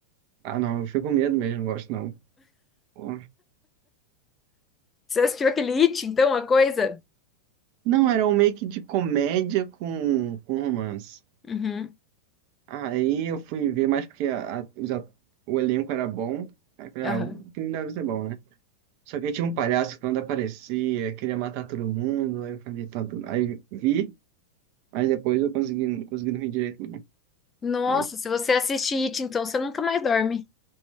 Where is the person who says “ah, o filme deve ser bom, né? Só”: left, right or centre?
Right